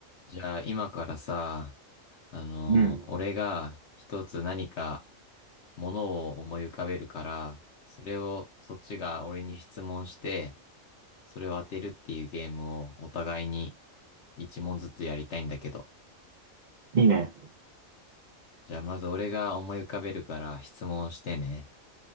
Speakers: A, on the left; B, on the right.
A: じゃあ今からさ、あのー俺が一つ何か
B: うん。
A: ものを思い浮かべるから、それをそっちが俺に質問して、それを当てるっていうゲームをお互いに一問ずつやりたいんだけど。
B: いいね。
A: じゃあまず俺が思い浮かべるから質問してね。